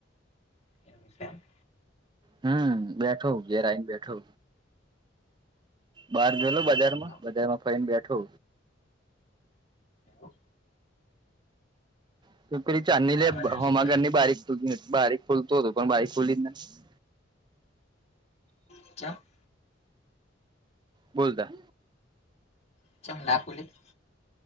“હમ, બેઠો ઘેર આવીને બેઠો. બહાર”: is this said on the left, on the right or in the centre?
Right